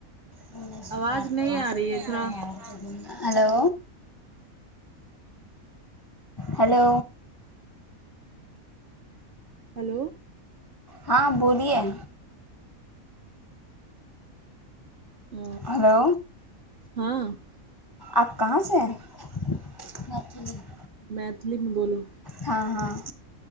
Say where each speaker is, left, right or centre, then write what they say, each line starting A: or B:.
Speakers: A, on the left (about 25°); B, on the right (about 55°).
A: <unintelligible>
B: आवाज नहीं आ रही है थोड़ा
A: हेलो। हेलो।
B: हेलो।
A: हँ बोलिये।
B: ह
A: हेलो
B: हँ।
A: आप कहाँ से <unintelligible>
B: मैथिलथल मे बोलु।
A: हँ हँ